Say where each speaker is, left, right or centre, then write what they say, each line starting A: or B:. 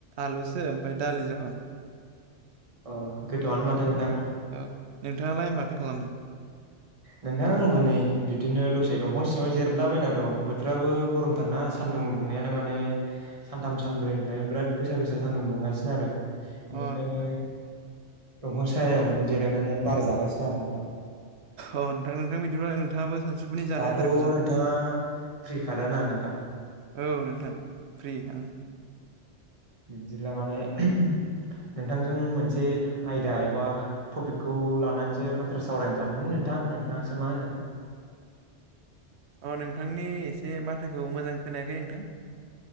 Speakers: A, on the right (about 70°); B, on the right (about 30°).
A: आलुसो ओमफ्राय दालि जहल
B: अह गोथावानो माथो नोंथां
A: औ नोंथाङालाय माथो खालामदों
B: नोंथां आंबो नै बिदिनो दसे दंफां सिङाव जेरायलाबायना दं बोथोराबो गरमथारना सान सान्दुं दुंनायानो माने सानथाम सानब्रैनिफ्रायनो बिराद गोसा गोसा सानदुं दुंगासिनो आरो बेनिखायनो
A: अ नोंथां
B: दंफां सायावनो जिरायनानै बार जागासिनो आरो नोंथां
A: अ नोंथां नोंथां बिदिब्ला नोंथाङाबो सानजौफुनि जानाय
B: दाथ'
A: आदारखौ जा
B: नोंथाङा फ्रिखादा ना नोंथां
A: औ नोंथां फ्रि आङो
B: बिदिब्ला माने नोंथांजों मोनसे आयदा एबा टपिकखौ लानानैसो बाथ्रा सावरायनो सानदोंमोन नोंथां नोंथां नोंथाङासो मा होनो
A: अ नोंथांनि एसे माथोखौ मोजां खोनायाखै नोंथां